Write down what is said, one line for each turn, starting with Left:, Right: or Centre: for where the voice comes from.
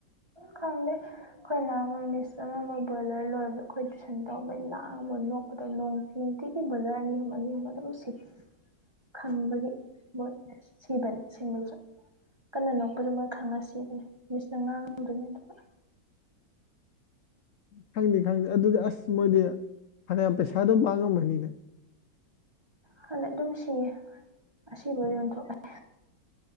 Right: ꯈꯪꯗꯦ ꯑꯩꯈꯣꯏꯅ ꯑꯃ ꯃꯤꯁ ꯑꯃ ꯃꯣꯏ ꯕꯣꯏꯂꯔ ꯂꯣꯏꯕꯗ ꯑꯩꯈꯣꯏ ꯇꯨꯏꯁꯟ ꯇꯧꯕꯩ ꯂꯥꯡꯕ ꯅꯣꯛꯄꯗ ꯅꯣꯡ ꯅꯨꯡꯇꯤꯒꯤ ꯕꯣꯏꯂꯔ ꯑꯅꯤ ꯑꯍꯨꯝ ꯑꯅꯤ ꯑꯍꯨꯝ ꯑꯗꯨ ꯁꯤ ꯈꯪꯕꯒꯤ ꯑꯁ ꯁꯤꯕꯅꯤ <inaudible> ꯀꯟꯅ ꯅꯣꯛꯄꯁꯨ ꯃꯣꯏ ꯈꯪꯉ ꯁꯤꯕꯅꯦ ꯃꯤꯁꯅ ꯉꯥꯡꯗꯣꯏꯅꯦ ꯑꯗꯨꯒ
Left: ꯈꯪꯗꯦ ꯈꯪꯗꯦ ꯑꯗꯨꯗꯤ ꯑꯁ ꯃꯣꯏꯗꯤ ꯐꯅꯌꯥꯝ ꯄꯩꯁꯥꯗꯨꯝ ꯄꯥꯡꯉꯝꯃꯅꯤꯅꯦ
Right: ꯈꯪꯗꯦ ꯑꯗꯨꯝ ꯁꯤꯌꯦ ꯑꯁꯤꯕꯒꯩ ꯌꯣꯟꯊꯣꯛꯑꯦ